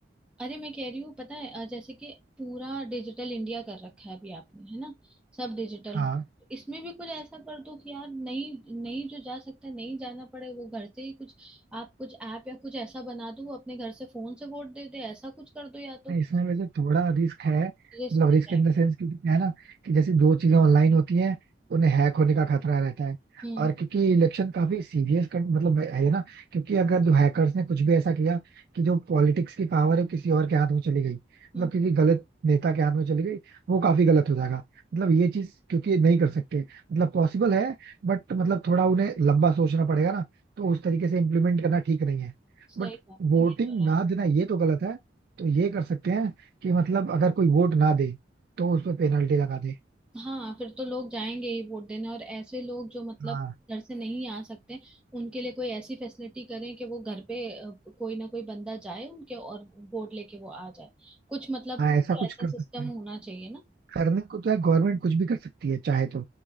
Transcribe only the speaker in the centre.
अरे मैं कह रही हूँ पता है अ, जैसे कि पूरा डिजिटल इंडिया कर रखा है अभी आपने है ना सब डिजिटल
हो इसमें भी कुछ ऐसा कर दो कि यार नहीं नहीं जो जा सकता है, नहीं जाना पड़े वो घर से ही कुछ आप कुछ ऐप या कुछ ऐसा बना दो वो अपने घर से फोन से वोट दे दे ऐसा कुछ कर दो या तो
रिस्क कर
रहा
है
हम्म
हम्म
सही
बात
है, ये तो है
हाँ फिर तो लोग जाएंगे ही वोट देने और ऐसे लोग जो मतलब
घर से नहीं आ सकते उनके लिए कोई ऐसी फैसिलिटी करें कि वो घर पे अ, कोई ना कोई बंदा जाए उनके और वोट लेके वो आ जाए कुछ मतलब
कुछ
तो
ऐसा
सिस्टम
होना चाहिए ना